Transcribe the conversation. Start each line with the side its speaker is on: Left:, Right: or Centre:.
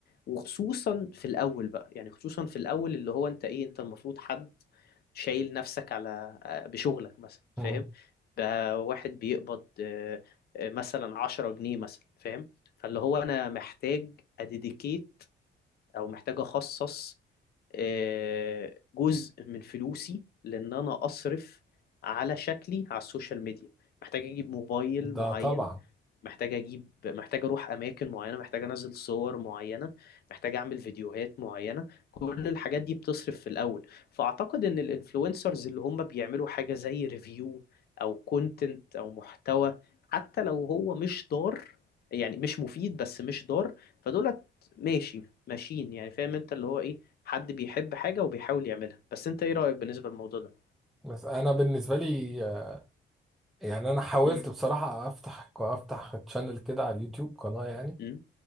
Left: وخصوصا في الأول بقى يعني خصوصا في الأول اللي هو انت ايه انت المفروض حد شايل نفسك على آه، بشغلك مثلا فاهم
Centre: مم.
Left: بقى واحد بيقبض آه، آه، مثلا عشرة جنيه مثلا فاهم فاللي هو انا محتاج اديديكيت او محتاج اخصص آه، جزء من فلوسي لان انا اصرف على شكلي على السوشيال ميديا محتاج اجيب موبايل
Centre: ده
Left: معين
Centre: طبعا
Left: محتاج اجيب محتاج اروح اماكن معينه محتاج انزل صور معينه محتاج اعمل فيديوهات معينه كل الحاجات دي بتصرف في الاول فاعتقد ان الانفلونسرز اللي هم بيعملوا حاجه زي ريفيو او كونتنت او محتوى حتى لو هو مش ضار يعني مش مفيد بس مش ضار فدولت ماشي ماشيين يعني فاهم انت اللي هو ايه حد بيحب حاجه وبيحاول يعملها بس انت ايه رايك بالنسبه للموضوع ده
Centre: بس انا بالنسبة لي آه، يعني انا حاولت
Left: امم
Centre: بصراحة افتح افتح تشانل كده على اليوتيوب قناة يعني
Left: امم